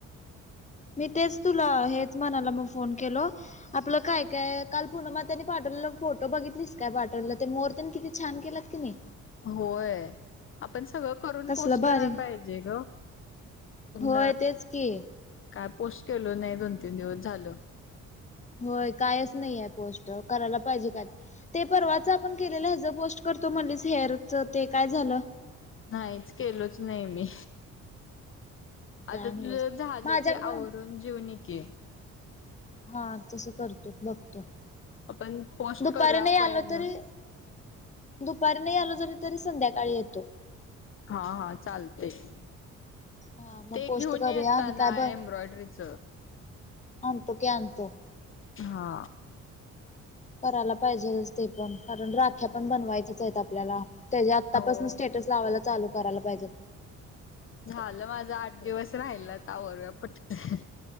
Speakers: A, on the left; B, on the left.
A: मी, तेच तुला हेच म्हणाला मग फोन केल. आपल काय काय काल पुनम आत्यांनी पाठवलेला फोटो बघितलीस काय पाठवलेला. ते मोर तेन किती छान केलात क नाही
B: होय, आपण सगळ करून
A: कसलं
B: पोस्ट
A: भारी
B: करायला पाहिजे ग. पण
A: होय तेच की.
B: काय पोस्ट केल नाही दोन तीन दिवस झाल.
A: होय कायच नाही आहे पोस्ट. करायला पाहिजे काय तर. ते परवाच आपण केलेल ह्याच पोस्ट करतो म्हणली, सीआरबच ते काय झाल?
B: नाहीच केलोच नाही मी.
A: काय
B: आता
A: नव्हच
B: तुझ झाल
A: माझ्याकड
B: की, आवरून जीवुन ये की.
A: हा तस करतो बघतो.
B: आपण पोस्ट
A: दुपारी
B: करूया
A: नाही आलो
B: पहील.
A: तरी दुपारी नाही आलो जरी तरी संध्याकाळी येतो.
B: हा हा चालतय.
A: हा मग
B: ते
A: पोस्ट
B: घेऊन
A: करूया
B: ये येेताना
A: आणि काय
B: एम्ब्रॉयडरीच.
A: अणतो की आणतो.
B: हा
A: करायला पाहिजे ते पण. कारण राख्या पण बनवायच्याच आहेत आपल्याला. त्याची आत्तापासन
B: हो
A: स्टेटस लावायला चालू करायला पाहिजेत.
B: झाल माझ आठ दिवस राहिलात आवरूया पटकन.